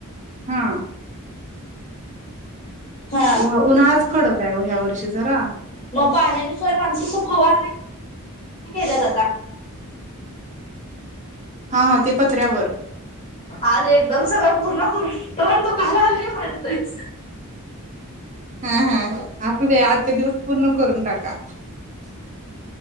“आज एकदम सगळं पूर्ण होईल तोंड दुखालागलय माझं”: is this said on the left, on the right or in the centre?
Left